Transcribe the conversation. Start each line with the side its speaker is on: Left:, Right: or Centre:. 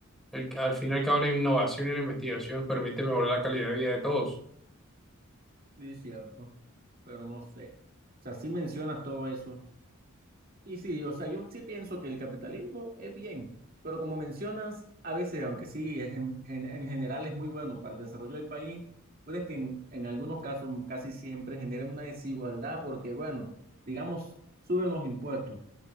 Centre: el- al fin y al cabo, la innovación y la investigación permite mejorar la calidad de vida de todos.
Right: sí, es cierto. Pero no sé. O sea, sí mencionas todo eso. Y sí, o sea, yo sí pienso que el capitalismo es bien, pero como mencionas, a veces, aunque sí, es en, gen- en general es muy bueno para el desarrollo del país, puede que en, en algunos casos casi siempre genera una desigualdad porque, bueno, digamos, suben los impuestos.